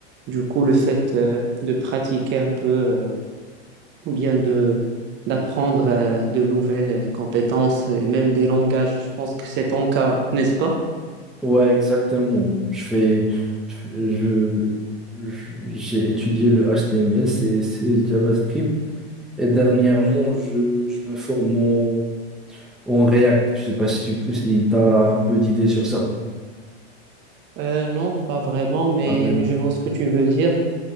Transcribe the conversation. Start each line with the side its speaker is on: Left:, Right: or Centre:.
Right: Du coup, le fait euh, de pratiquer un peu, euh, ou bien de d'apprendre euh, de nouvelles euh, compétences et même des langages, je pense que c'est ton cas, n'est-ce pas?
Centre: Ouais, exactement. Je fais, je, je- j'ai étudié le HTML, CSS, JavaScript, et dernièrement, je, je me forme en, en React. Je sais pas si tu si as un peu d'idées sur ça.
Right: Euh, non, pas vraiment, mais,
Centre: Pas vraiment.
Right: mais je vois ce que tu veux dire.